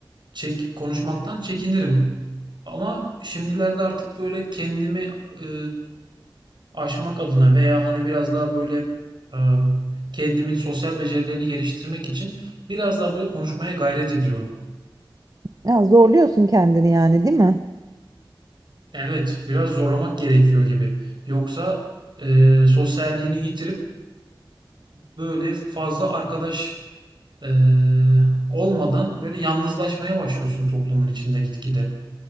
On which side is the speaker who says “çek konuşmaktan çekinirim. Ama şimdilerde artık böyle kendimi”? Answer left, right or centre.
Right